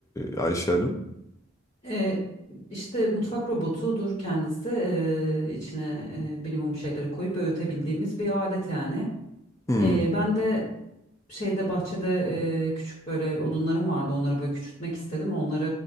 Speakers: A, on the left (about 15°); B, on the left (about 35°).
A: e, Ayşe Hanım?
B: Ee, işte mutfak robotudur kendisi. Ee, içine e, bilimum şeyleri koyup öğütebildiğimiz bir alet yani.
A: Hmm.
B: Ee, ben de şeyde bahçede e, küçük böyle odunlarım vardı. Onları böyle küçültmek istedim. Onları